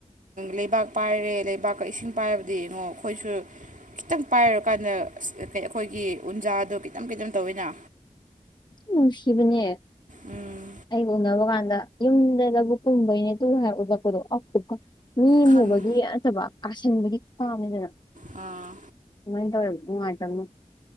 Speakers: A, on the right (about 70°); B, on the left (about 35°).
A: ꯂꯩꯕꯥꯛ ꯄꯥꯏꯔꯦ ꯂꯩꯕꯥꯛꯀ ꯏꯁꯤꯡ ꯄꯥꯏꯕꯗꯤ ꯌꯦꯡꯉꯣ ꯑꯩꯈꯣꯏꯁꯨ ꯈꯤꯇꯪ ꯄꯥꯏꯔꯨꯔꯀꯥꯟꯗ ꯑꯁ ꯑꯩꯈꯣꯏꯒꯤ ꯎꯟꯖꯥꯗꯣ ꯈꯤꯇꯪ ꯈꯤꯇꯪ ꯇꯧꯋꯤꯅ
B: ꯅꯨꯡꯁꯤꯕꯅꯦ
A: ꯎꯝ
B: ꯑꯩꯒ ꯎꯅꯕ ꯀꯥꯟꯗ ꯌꯨꯝꯗ ꯂ꯭ꯕꯨꯛ ꯀꯨꯝꯕꯩꯅꯦ <unintelligible> ꯃꯤ
A: ꯈꯪꯉꯦ
B: ꯃꯨꯕꯒꯤ ꯅꯠꯇꯕ ꯀꯥꯁꯤꯟꯕꯒꯤ ꯄꯥꯝꯃꯤꯗꯅ
A: ꯑꯥ
B: ꯗꯨꯃꯥꯏ ꯇꯧꯋꯦ ꯅꯨꯪꯉꯥꯏꯇꯝꯅ